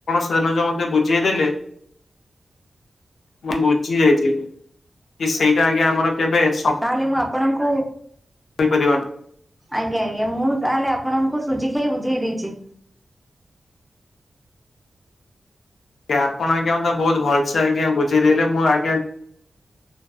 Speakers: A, on the left; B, in the centre.
A: ସେଦିନ ଯୋଉ ମତେ ବୁଝେଇଦେଲେ। ମୁଁ ବୁଝି ଯାଇଚି, କି ସେଇଟା ଆଜ୍ଞା ଆମର କେବେ ଆ
B: ତାହେଲେ ମୁଁ ଆପଣଙ୍କୁ
A: <unintelligible>
B: ଆଜ୍ଞା, ଆଜ୍ଞା, ମୁଁ ତାହେଲେ ଆପଣଙ୍କୁ ସୁଜି ଖାଇ ବୁଝେଇ ଦେଇଛି।
A: ଆପଣ ଆଜ୍ଞା, ମତେ ବହୁ ଭଲସେ ଆଜ୍ଞା ବୁଝିଦେଲେ। ମୁଁ <inaudible>